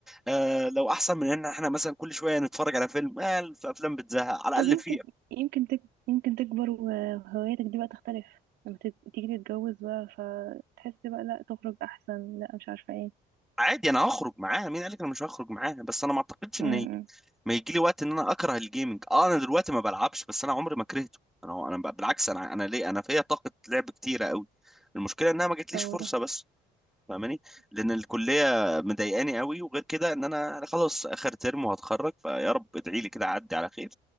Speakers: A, in the centre; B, on the right.
A: آه، لو احسن من ان احنا مثلا كل شويه نتفرج على فيلم آه، في افلام بتزهق على
B: طب
A: الاقل
B: يمكن
A: فيها
B: يمكن تك... يمكن تكبر وهواياتك دي بقى تختلف لما تت- تيجي تتجوز بقى فتحس بقى لا تخرج احسن لا مش عارفة ايه
A: عادي انا هخرج معاها مين قالك انا مش هخرج معاها بس انا ما اعتقدش ان
B: امم
A: هيجي ما يجي لي وقت ان انا اكره الجيمنج اه انا دلوقتي ما بلعبش بس انا عمري ما كرهته انا انا ب- بالعكس انا انا ليه انا فيا طاقه لعب كتيره قوي المشكله انها ما جاتليش
B: طب
A: فرصه بس فاهماني لان الكليه مضايقاني قوي وغير كده ان انا أنا خلاص اخر ترم وهتخرج فيا رب ادعي لي كده اعدي على خير